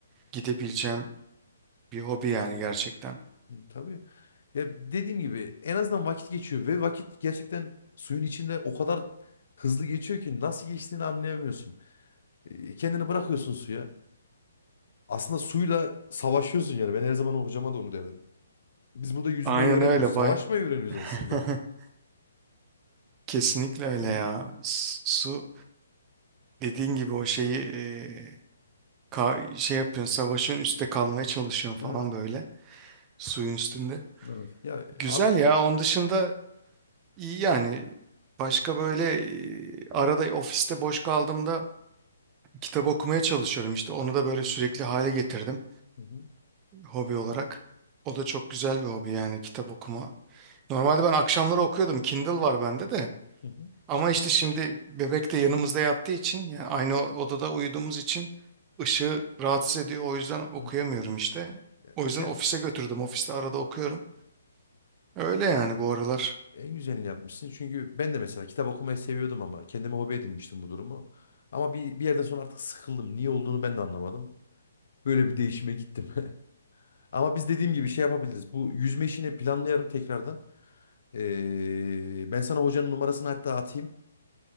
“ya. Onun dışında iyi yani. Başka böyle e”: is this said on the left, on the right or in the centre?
Right